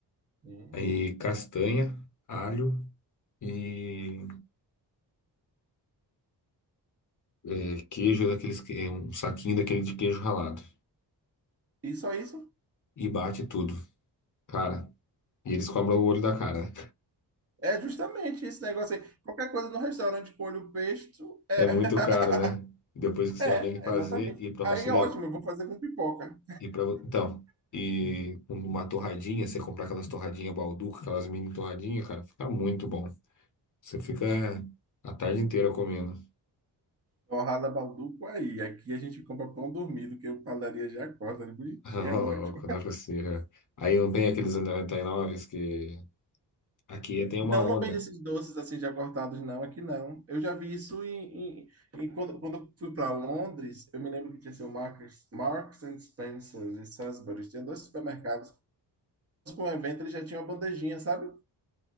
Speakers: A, on the right; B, on the left.
A: Sim.
B: Aí castanha, alho e é, queijo daqueles, que- é, um saquinho daquele de queijo ralado.
A: E só isso?
B: E bate tudo, cara. E eles cobram o olho da cara.
A: É justamente esse negócio aí. Qualquer coisa no restaurante com olho pesto é.
B: É
A: <laughs>
B: muito caro, né? Depois que você
A: É,
B: aprende a fazer
A: exatamente.
B: e para
A: Aí
B: você
A: é
B: le-
A: ótimo, eu vou fazer com pipoca.
B: e para então e com uma torradinha, você comprar aquelas torradinhas Balduca, aquelas mini torradinhas, cara, fica muito bom. Você fica a tarde inteira comendo.
A: Torrada Balduco aí. Aqui a gente compra pão dormido, que a padaria já corta, de bonitinho,
B: <laughs> Ô,
A: é ótimo.
B: louco, não é possível. Aí não tem aqueles 99 que aqui tem uma
A: Não,
B: onda
A: não vende esses doces assim já cortados, não, aqui não. Eu já vi isso em, em- em- quando, quando eu fui para Londres, eu me lembro que tinha assim, o Marks, Marks and Spencer e Sainsbury's, tinha dois supermercados. Mas para um evento ele já tinha uma bandejinha, sabe?